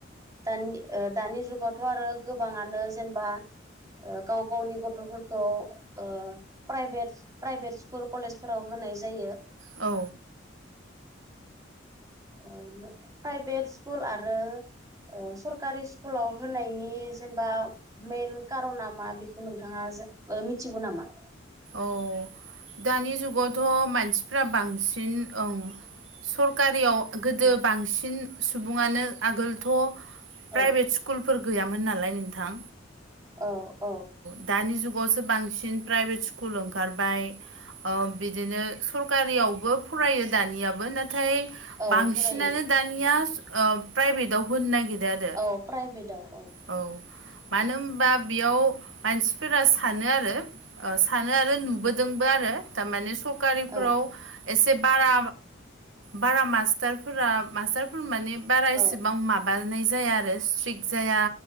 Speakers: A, on the right; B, on the right.
A: दानि ओ दानि जुगावथ' आरो गोबाङानो जेनेबा। गाव गावनि गथ'फोरखौ प्राइभेट। प्राइभेट स्कुल कलेजफोराव होनाय जायो।
B: औ।
A: ओम प्राइभेट स्कुल आरो। ओ सरकारि स्कुलाव होनायनि जेनेबा। मेन कारना मा बेखौ नोंथाङा जो ओ मिथिगौ नामा।
B: औ दानि जुगावथ' मानसिफोरा बांसिन ओं। सरखारियाव गोदो
A: औ
B: बांसिन सुबुङानो आगोलथ' प्राइभेट
A: औ
B: स्कुल। स्कुलफोर गैयामोन नालाय नोंथां।
A: औ औ।
B: दानि जुगावसो बांसिन प्राइभेट स्कुल ओंखारबाय। बिदिनो सरकारियावबो फरायो दानियाबो नाथाय
A: औ
B: बांसिनानो
A: फरायो
B: दा। दानिया ओ प्राइभेटव होनो नागिरो आरो।
A: अ प्राइभेटाव अ।
B: औ मानो होनबा बेयाव मानसिफोरा सानो आरो। ओ सानो आरो नुबोदोंबो आरो थारमाने सरकारिफ्राव।
A: औ
B: एसे बारा बारा मास्टारफोरा मास्टारफोर माने। बारा एसेबां
A: औ
B: माबानाय जाया आरो स्ट्रिक जाया